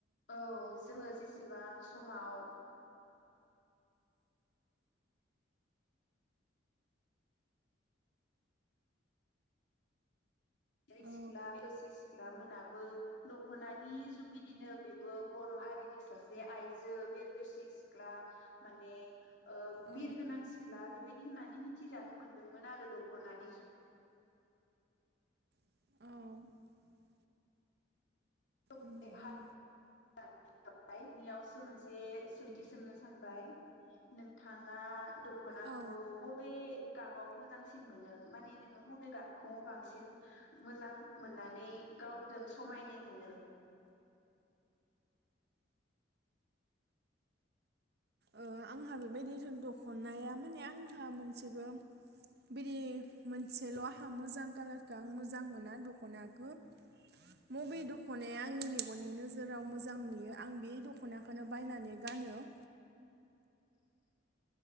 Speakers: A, on the left; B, on the right.
A: औ जोङो जेसेबां समाव जाय सिख्ला
B: औ
A: बिरगोस्रि सिख्ला मोनाबो दखनानि जुगिदिनो बेबो बर हारिनि सासे आइजो बेरगोस्रि सिख्ला माने ओ
B: औ
A: बिर गोनां सिख्ला बेबायदि होननानै मि थिजानो मोन्दोंमोन आरो दखनानि जुग
B: औ
A: <unintelligible>
B: उम उम
A: <unintelligible> बेयावसो मोनसे सोंथि सोंनो सानबाय नोंथाङा दखनाखौ
B: औ
A: मबे गाबाव मोजांसिन मोनो माने नोङो मबे गाबखौ बांसिन मोजां मोननानै गावजों समायनाय मोनो?
B: ओ आंहा बेबायदि दखनाया माने आंहा मोनसेबो बिदि मोनसेल आंहा मोजां कालारखौ आं मोजां मोना दखनाखो मबे दखनाया आंनि मेगननि नोजोराव मोजां नुयो आं बे दखनाखौनो बायनानै गानो।